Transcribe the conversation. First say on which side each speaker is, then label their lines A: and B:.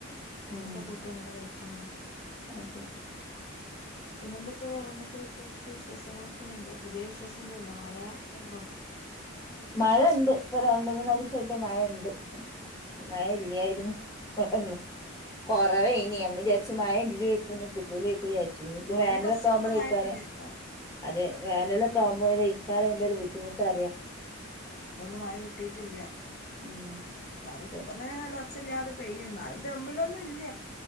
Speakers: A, on the left; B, on the left.
A: ഉള്ളതൊക്കെ
B: ഉം
A: കൂട്ടി അങ്ങനെ കഴിച്ചുങ്ങനെ
B: അതെ
A: പിന്നെ എന്തൊ പ വേറെ എന്തൊക്കെ പ്രത്യേകിച്ച് വിശേഷങ്ങളൊക്കെ എന്താ പുതിയ വിശേഷന്തേണ്ടോ മഴക്കണ്ടോ
B: മഴണ്ട് ഇപ്പൊ രണ്ട് മൂന്നാല്സായിട്ട് മഴണ്ട്
A: തന്നെ
B: മഴ ഇല്ലായിരുന്നു <unintelligible> കൊറവേനി നമ്മള്ജാര്ച്ച് മയല്ലേര്ക് യ്യുലേകുജാര്ചു ഇപ്പ
A: ജൂണില്
B: വേനലൊക്കെ
A: ഫസ്റ്റ്ക്കൊന്നും
B: ആവുമ്പളെയ്ക്കാര
A: മഴ കിട്ടിയില്ലല്ലോ
B: അതെ വേനലക്കെ ആകുമ്പോ ഇക്കാലം അയ്ന്റെ ഒരു ബദ്ധിമുട്ട്റിയാ
A: ജൂണിന്റെ ഒന്നും മഴ കിട്ടിട്ടില്ല അപ്പൊ
B: ഉം
A: ന്നാല്പ്പങ്ങനെന്നും
B: അതെ
A: ഒറച്ചല്ലാതെ പെയ്യ എന്നാല് ദമ്മിലൊന്നുല്ല